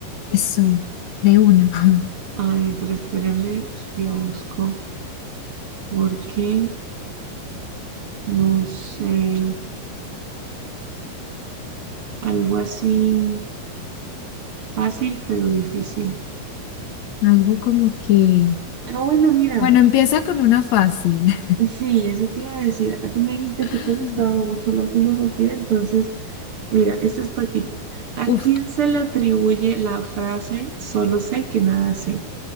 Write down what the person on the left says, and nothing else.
Eso, de una. <laughs>
Algo como que,
bueno, empieza con una fácil.
<laughs>
Uf.